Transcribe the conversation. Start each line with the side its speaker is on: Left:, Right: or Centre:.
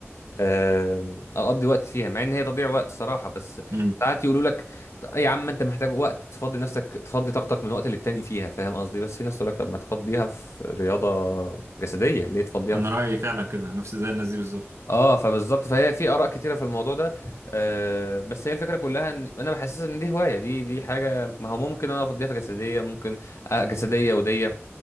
Left: آه اقضي وقت فيها مع ان هي تضييع وقت صراحه بس
Right: امم
Left: ساعات يقولوا لك "ط- يا عم انت محتاج وقت تفضي نفسك تفضي طاقتك من وقت للتاني فيها فاهم قصدي بس في ناس تقول لك طب ما تفضيها في رياضه جسديه ليه تفضيها
Right: انا رايي فعلا كده نفس زي الناس دي بالظبط
Left: اه فبالظبط فهي في اراء كتيره في الموضوع ده آه بس هي الفكره كلها ان انا بحسس ان دي هوايه دي دي حاجه ما هو ممكن انا افضيها في جسديه ممكن آه جسديه وديه